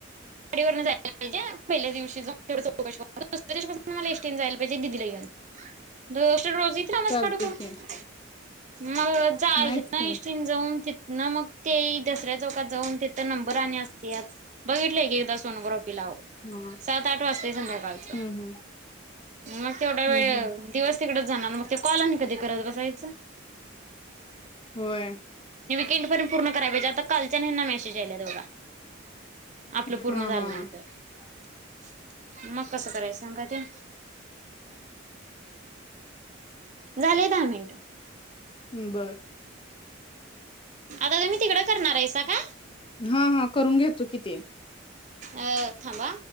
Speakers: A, on the right (about 40°); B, on the left (about 25°).
A: गडीवर जायला पाहिजे पहिल्या दिवशी दुस्या दिव मला एस्टीं जायला पाहिजे दिदीला घेऊन रोजीत्र आमज
B: चालतय
A: काढो करून
B: की
A: मग जा
B: नाहीच
A: आहेत ना
B: की
A: इशीन जाऊन तिथ ना मग ते दसऱ्या चौकात जाऊन तिथ नंबर आणि असते बघ लले गे सोन ग्रप लाव
B: हा
A: सात आठ वाजताय संध्याकाळच
B: हम्म हम्म
A: मग तेवढा वेळ
B: हम्म हम्म
A: दिवस तिकडच जाणार मग ते कॉलनी कधी करत बसायचं
B: होय
A: कंड पर्यंत पूर्ण कराय पाहिजे आता कालच्या हना मेसेज आलाोघा आपलं पूर्ण
B: हा
A: झालं
B: हा
A: नाहीवत मग कसं करायचं सांगा ते झालेय दहा मिनिट
B: हम्म बर
A: आता तुम्ही तिकडं करणार आहेसा का
B: हा हा करून घेतो किती
A: अ थांबा